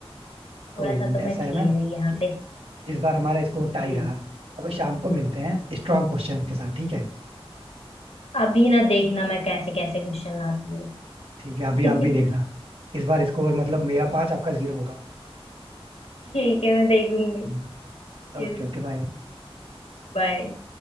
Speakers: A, on the right; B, on the left.
A: कोई
B: थोड़ा
A: नहीं
B: सा तो
A: ऐसा
B: मैं खेल
A: है ना
B: गई यहाँ
A: कि
B: पे
A: इस बार हमारा स्कोर टाई
B: हम्म,
A: रहा अब शाम को मिलते हैं स्ट्रांग क्वेश्चन के साथ ठीक है
B: अभी ना देखना मैं कैसे कैसे क्वेश्चन लाती
A: ठीक है
B: हूँ
A: अभी आप भी देखना
B: <laughs>
A: इस बार स्कोर मतलब मेरा पांच आपका जीरो होगा
B: ठीक है मैं देखूंगी
A: हम्म।
B: चलो
A: Okay okay bye
B: बाय